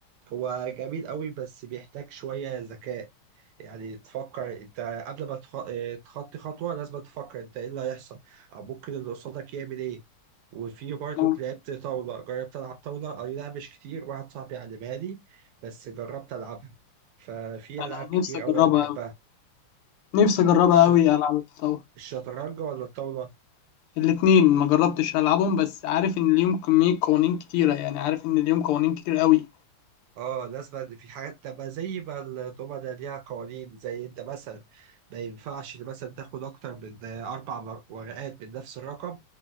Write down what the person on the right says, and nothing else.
هو جميل قوي بس بيحتاج شوية ذكاء يعني تفكر انت قبل ما تخ... اه، تخطي خطوة لازم تفكر انت ايه اللي هيحصل او ممكن اللي قصادك يعمل ايه وفي برضك
لعبت طاولة جربت ألعب طاولة أي لا مش كتير واحد صاحبي علمها لي بس جربت ألعبها ففي
ألعاب كتير
أوي أنا بحبها
الش...
الشطرنج ولا الطاولة؟
اه الناس بقى في حاجات تبقى زي ما الضمنة ليها قوانين زي انت مثلا ما ينفعش مثلا تاخد اكتر من اربع ور- ورقات من نفس الرقم